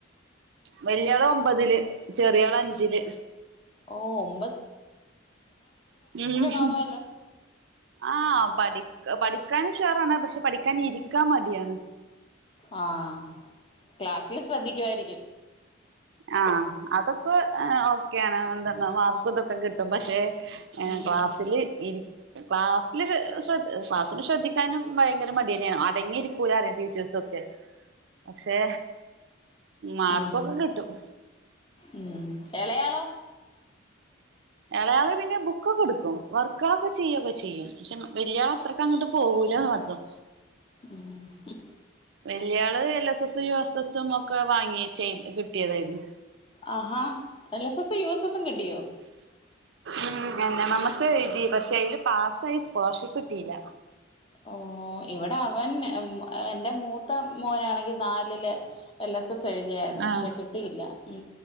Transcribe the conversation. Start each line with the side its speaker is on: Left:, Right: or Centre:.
Right: വല്ിയയാള് ഒമ്പതില് ചെറിയള് അഞ്ചില്
Left: ഓം
Right: ഉ
Left: കാണുവല്ലോ
Right: ആഹ് പഠ പഠിക്കാനും ഷാറാണ് പക്ഷെ പഠിക്കാന ഇരിക്കാൻ മടിയാണ്
Left: ആഹ ക്ലാസ്സില് ശ്രദ്ധിക്കുുവായിരിക്കും
Right: ആഹ അതൊക്കെ ഓക്കെയാണ് എന്ത മാർക്ക്ും ഇതൊക്കെ കിട്ടും പക്ഷെ
Left: ഉം
Right: ക്ലാസ്സിില് ഇ ക്ലാസ്സിില് ശ്രദ് ക്ലാസ്സിില് ശ്രദ്ധിക്കാനും ഭയങ്കര മടിയന്നാണ് അടങ്ങിയിരിക്കൂല അറ ടീച്ചേഴസൊക്കെ പക്ഷെ മാർക്കൊക്കെ
Left: ഉം
Right: കിട്ടും
Left: ഉ ഇളയാളോ
Right: ഇളയാള് പിന്നെ ബുക്കൊക്കെ എടുക്കും വർക്ക് ഒക്കെ ചെയ്യൊക്കെ ചെയ്യും പക്ഷെ മലയാള അത്രൊക്കെ അങ്ങോട്ട് പോകൂ ഏഹ് മാത്രം
Left: ഉംഹ്
Right: വല്യാള് എൽ എസ് എസും യു എസ് എസ്സും ഓഹ് വാങ്ങി ചെയ് കിട്ടിയതായിരുന്നു
Left: ആഹാ എൽ എസ് എസും യുഎസ് എസും കിട്ടിയോ
Right: ഉം എന്നെ മമസ്സ എഴുതി പക്ഷെ അതില് പാസ്സായി സ്കോളർഷിപ്പ് കിട്ടിയില്ല
Left: ഓ ഇവിടെ അവൻ എറെ മൂത്ത മോനാണെങ്കി നാലില് എല്ലാ ഇത്ര എഴുതിയായിരുന്നു പക്ഷെ
Right: ആഹ്
Left: കിട്ടിയില്ല ഉ